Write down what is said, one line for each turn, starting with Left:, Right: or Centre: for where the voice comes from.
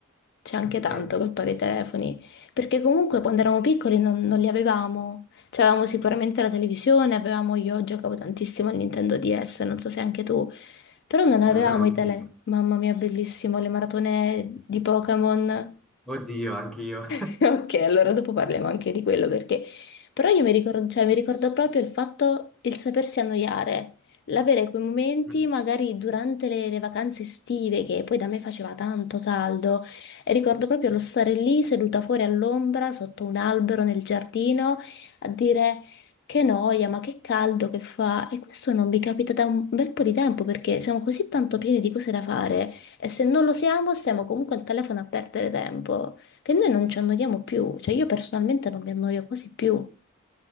Left: C'è anche
Centre: Di-
Left: tanto
Centre: eh,
Left: colpa dei telefoni, perché comunque quando eravamo piccoli non, non li avevamo. C'avevamo sicuramente la televisione, avevamo, io giocavo tantissimo al Nintendo DS, non so se anche tu, però non
Centre: ce
Left: avevamo
Centre: l'avevo anche
Left: i tele.
Centre: io.
Left: Mamma mia, bellissimo, le maratone di Pokémon.
Centre: Oddio, anche io.
Left: <laughs> Ok, allora dopo parliamo anche di quello perché... Però io mi ricordo, cioè, mi ricordo proprio il fatto, il sapersi annoiare, l'avere quei momenti
Centre: <laughs>
Left: magari durante le, le vacanze estive che poi da me faceva tanto caldo e ricordo proprio lo stare lì seduta fuori all'ombra sotto un albero nel giardino a dire che noia, ma che caldo che fa e questo non mi capita da un bel po' di tempo perché siamo così tanto pieni di cose da fare e se non lo siamo stiamo comunque al telefono a perdere tempo che noi non ci annoiamo più, cioè io personalmente non mi annoio quasi più.